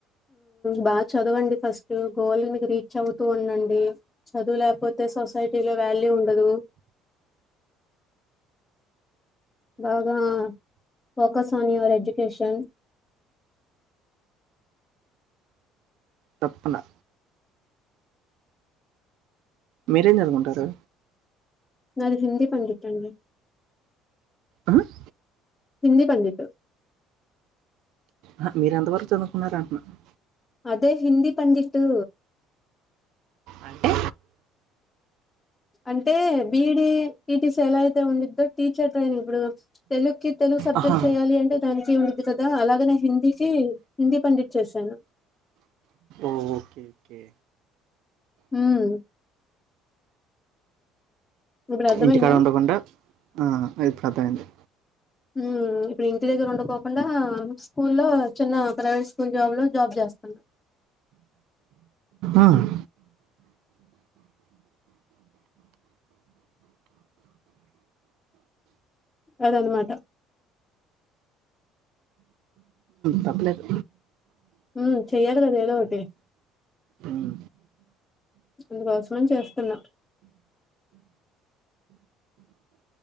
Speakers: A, on the left; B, on the right.
A: బాగా చదవండి ఫస్ట్ గోల్ రీచ్ అవుతూండండి చదువు లేకపోతే సొసైటీలో వాల్యూ ఉండదు బాగా ఫోకస్ ఆన్ యువర్ ఎడ్యుకేషన్
B: తప్పకుండా మీరేం చదుకుంటారు
A: నాది హిందీ పండిట్ అండి
B: ఆహ్
A: హిందీ పండిట్
B: ఆహ్ మీరు ఎంత వరకు చదువుకున్నారా అంటున్నాను
A: అదే హిందీ పండిట్టు
B: అంటే?
A: అంటే B. E. D T. T. C ఎలా అయితే ఉండిద్దో టీచర్ ట్రైన్ ఇప్పుడు తెలుగుకి తెలుగు సబ్జెక్ట్
B: ఆహా
A: చేయాలి అంటే దానికి ఉండిద్ది కదా అలాగేనే హిందీకి హిందీ పండిట్ చేసాను
B: ఓకేకే
A: హుం ఇప్పుడు అర్థమైందా?
B: ఇంటికాడ ఉండకుండా ఆహ్ ఇప్పుడర్థమైంది
A: హుం ఇప్పుడు ఇంటి దగ్గర ఉండుకోకుండా స్కూల్లో చిన్న ప్రైవేట్ స్కూల్ జాబ్లో జాబ్ చేస్తున్నా
B: ఆహ్
A: అదన్మాట
B: తప్పులేదు
A: అమ్ చెయ్యాలి కదా ఏదోటి
B: ఉమ్.
A: అందుకోస్మని చేస్తున్నా